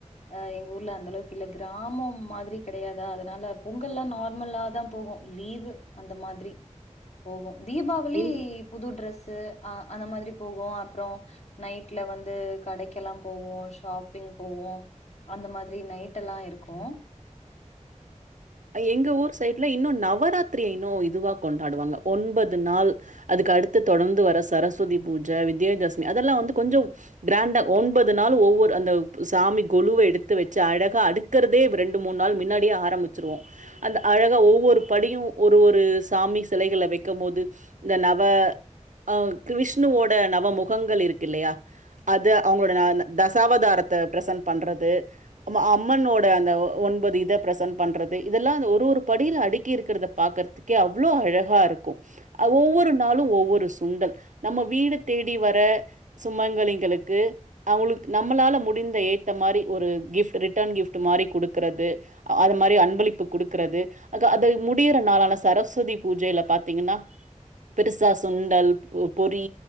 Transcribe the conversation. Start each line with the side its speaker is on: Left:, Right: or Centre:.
Left: அ எங் ஊர்ல அந்த அளவுக்கு இல்ல கிராமொம் மாத்ரி கடயாதா அதனால பொங்கல்லா நார்மல்லாதா போகு லீவு அந்த மாத்ரி போகு தீபாவளி
Right: இன்
Left: புது ட்ரெஸ்ஸு அ அந்த மாத்ரி போகு அப்றோ நைட்ல வந்து கடைக்கல்லா போவோ ஷாப்பிங் போவோ அந்த மாத்ரி நைட்டல்லா இருக்கு
Right: அ எங்க ஊர் சைட்ல இன்னு நவராத்ரிய இன்னு இதுவா கொண்டாடுவாங்க ஒன்பது நாள் அதுக்கு அடுத்து தொடர்ந்து வர சரஸ்வதி பூஜ வித்யதசமி அதல்லா வந்து கொஞ்சு கிராண்டா ஒன்பது நாளு ஒவ்வொரு அந்த சாமி கொலுவ எடுத்து வெச்சு அழகா அடுக் குறதே ரெண்டு மூண் நாள் மின்னாடியே ஆரம்பி ச்சிருவோ அந்த அழகா ஒவ்வொரு படியு ஒரு ஒரு சாமி சிலைகள வெக்கம்மோது இந்த நவ அ விஷ்ணுவோட நவ முகங்கள் இருக்கில்லையா அது அவுங்களோட நா தசாவதாரத்த ப்ரெசென் பண்றது அம் அம்மனோட அந்த ஒன்பது இத ப்ரெசன் பண்றது இதெல்லா அந்த ஒரு ஒரு படியில அடுக்கி இருக்கிறத பாக்கற்துக்கே அவ்வளோ அழகா இருக்கு அ ஒவ்வொரு நாளு ஒவ்வொரு சுண்டல் நம்ம வீடு தேடி வர சுமங்கலிகளுக்கு அவுங்களுக் நம்மளால முடிந்த ஏத்த மாரி ஒரு கிஃப்ட் ரிட்டர்ன் கிஃப்ட் மாரி குடுக்குறது அதம் மாரி அன்பளிப்பு குடுக்கிறது அ க அது முடிகிற நாளான சரஸ்வதி பூஜையில பாத்தீங்கன்னா பெருசா சுண்டல் ப பொரி